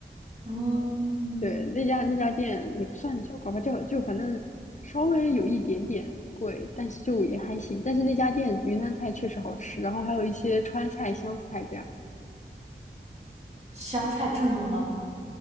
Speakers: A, on the right; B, on the left.
A: 嗯，
B: 对，那家那家店也不算小，搞吧，就就反正稍微有一点点贵，但是就也还行。但是那家店云南菜确实好吃，然后还有一些川菜、湘菜这样。
A: 湘菜正宗吗？